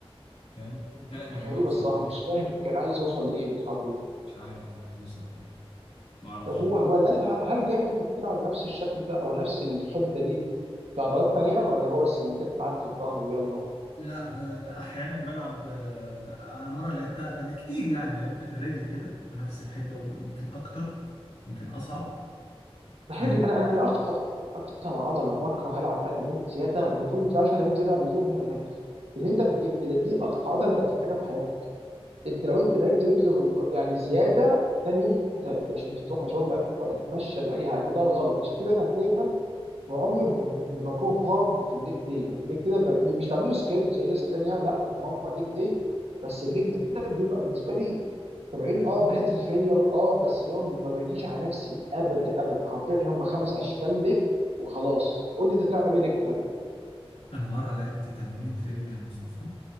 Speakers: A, on the left; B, on the right.
A: فاهم
B: مم.
A: ثلاث مجاميع
B: غريبه
A: اقسم
B: الصراحه
A: بالله
B: مش فاهم كان عايز يوصل لايه بالحركه دي
A: مش عارف كان عايز يوصل لايه ما اعرفش
B: طب هو هو هل هل دايما انت بتلعب بنفس الشكل ده او نفس الحده دي في عضلات تانيه ولا هو بس اللي جت معاك في الظهر ويلا
A: لا آه، احيانا بلعب آه، انا مره لعبتها كتير يعني لعبت في الرجل كده بنفس الحده ويمكن اكتر يمكن اصعب
B: بحب
A: فاهم
B: انا انا اكتر اكتر عضله بكره هلعب فيها تمارين زياده والمفروض ما تلعبش فيها تمارين زياده على اللزوم هي الرجل لان انت بت- دي اكتر عضله انت بتحتاجها في حياتك انت لو انت لعبت رجل غ- يعني زياده تاني يوم انت انت مش مش هتروح لشغلك ولا تتمشى ولا اي حاجه وده غلط عشان كده انا دايما عمري ما ما بجو هارد في الليج داي يعني الليج داي ده ب- مش بعمله سكيب زي الناس التانيه لا بتمرن الليج داي بس الليج داي ده بيبقى بالنسبه لي تمارين اه بهت الفيلير اه بس اللي هو ما باجيش على نفسي ابدا ابدا حرفيا هم خمس اشكال ليج وخلاص قول لي انت بتلعب ايه ليج طيب
A: انا مره لعبت تمرينة رجل يا مصطفى